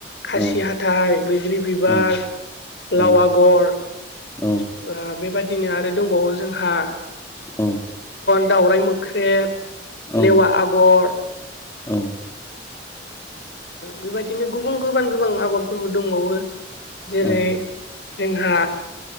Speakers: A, on the left; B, on the left.
A: खासि
B: औ
A: हाथाय बैग्रि बिबार
B: औ
A: लाव
B: औ
A: आगर
B: औ
A: बेबादिनो आरो दंबावो जोंहा
B: औ
A: दावराय मोख्रेब
B: औ
A: लेवा आगर
B: औ
A: बेबायदिनो गुबुन गोबां गोबां आगरफोरबो दंबावो जेरै
B: औ
A: जोंहा